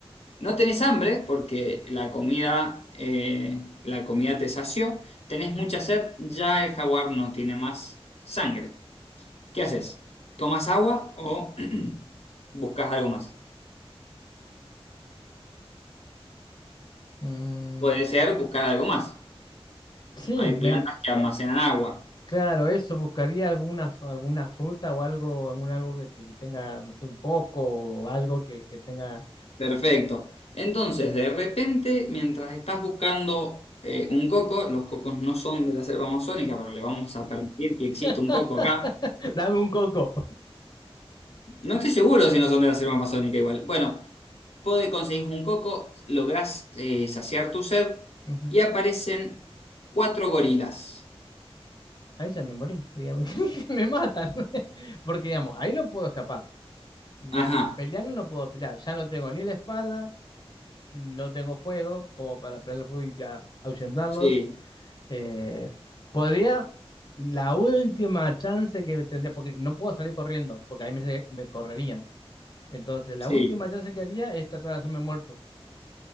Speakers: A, on the left (about 85°); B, on the left (about 45°).
A: No tenés hambre porque la comida, eh, la comida te sació. Tenés mucha sed, ya el jaguar no tiene más sangre. ¿Qué haces? ¿Tomas agua o <clears throat> buscas algo más?
B: Mm,
A: Puede ser buscar algo más.
B: sí,
A: Hay
B: me...
A: plantas que almacenan agua.
B: Claro, eso, buscaría alguna, f- alguna fruta o algo, algún algo que, que tenga, no sé, un coco o algo que, que tenga...
A: Perfecto. Entonces, de repente, mientras estás buscando eh, un coco, los cocos no son de la selva amazónica, pero le vamos a permitir que exista
B: <laughs>
A: un coco acá.
B: Dame un coco.
A: No estoy seguro si no son de la selva amazónica igual. Bueno. Puede conseguir un coco, lográs eh, saciar tu sed
B: Ujú.
A: y aparecen cuatro gorilas.
B: Ahí ya me morí, digamos, <laughs> me matan, <laughs> porque digamos, ahí no puedo escapar. Ga-
A: Ajá,
B: Pelear no puedo pelear, ya no tengo ni la espada, no tengo fuego como para prender fuego y a- ahuyentarlos.
A: sí,
B: Eh, podría, la última chance que tendría, porque no puedo salir corriendo, porque ahí me, se- me correrían. Entonces, la
A: sí.
B: última chance que haría es tratar de hacerme muerto,